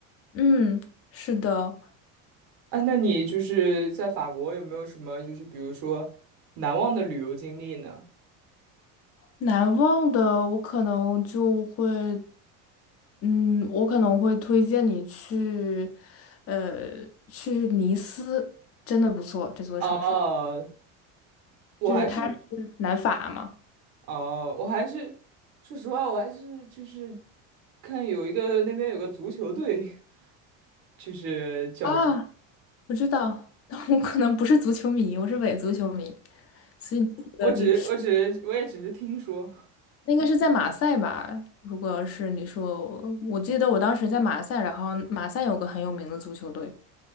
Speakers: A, on the left (about 40°); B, on the right (about 65°).
A: 嗯，是的，
B: 啊，那你就是在法国有没有什么就是比如说难忘的旅游经历呢？
A: 难忘的我可能就会，嗯，我可能会推荐你去，呃，去尼斯，真的不错，这座城市，
B: 哦，我还是
A: 就是它是南法嘛。
B: 哦，我还是说实话，我还是就是看有一个那边有个足球队，<laughs> 就是叫这个，
A: 啊，我知道，<laughs> 但我可能不是足球迷，我是伪足球迷。所以你记得比
B: 我只我只我也只是听说
A: 那应该是在马赛吧？如果要是你说，我记得我当时在马赛，然后马赛有个很有名的足球队。